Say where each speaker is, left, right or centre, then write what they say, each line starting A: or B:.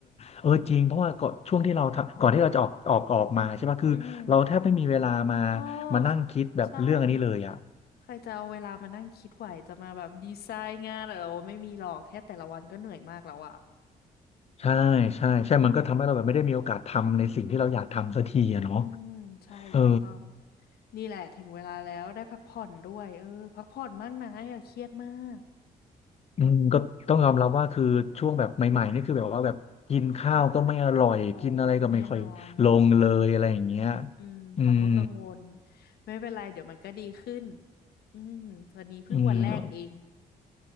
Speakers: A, on the left; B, on the left.
A: เออจริงเพราะว่าก่อนช่วงที่เราทำก่อนที่เราจะออกออกออกมาใช่ปะคือเราแทบไม่มีเวลามา
B: อืมโอ้
A: มานั่งคิดแบบเรื่องอันนี้เลยอ่ะ
B: ค่ะใช่ใครจะเอาเวลามานั่งคิดไหวจะมาแบบดีไซน์งานอะไรโอไม่มีหรอกแค่แต่ละวันก็เหนื่อยมากแล้วอะ
A: ใช่ใช่ใช่มันก็ทำให้เราแบบไม่ได้มีโอกาสทำในสิ่งที่เราอยากทำสักทีอะเนาะ
B: อืม อืมใช่ถูกต้อง
A: เออ
B: นี่แหละถึงเวลาแล้วได้พักผ่อนด้วยเออพักผ่อนบ้างนะอย่าเครียดมาก
A: อืมก็ต้องยอมรับว่าคือช่วงแบบใหม่ๆนี่คือแบบว่าแบบกินข้าวก็ไม่อร่อยกินอะไรก็ไม่ค่อยลงเลยอะไรอย่างเงี้ย
B: โอ้แน่นอนอืมเราก็กังวล
A: อืม
B: ไม่เป็นไรเดี๋ยวมันก็ดีขึ้นอืมวันนี้เพิ่งวันแรกเอง
A: อืม